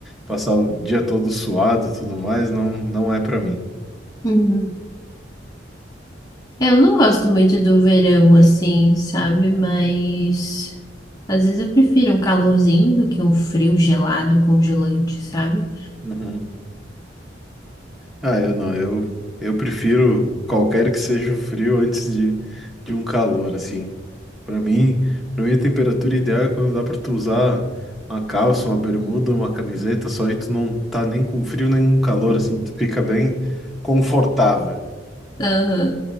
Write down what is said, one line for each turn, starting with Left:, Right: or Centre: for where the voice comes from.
Centre: Passar o dia todo suado, tudo mais, não, não é para mim.
Left: Hum. Eu não gosto muito do verão assim, sabe? Mas às vezes eu prefiro um calorzinho do que um frio gelado, congelante, sabe?
Centre: Uhum. Ah, eu não, eu, eu prefiro qualquer que seja o frio antes de, de um calor, assim. Pra mim, para mim a temperatura ideal é quando dá pra tu usar uma calça, uma bermuda, uma camiseta, só aí tu não tá nem com frio nem com calor, assim, tu fica bem confortável.
Left: Ah,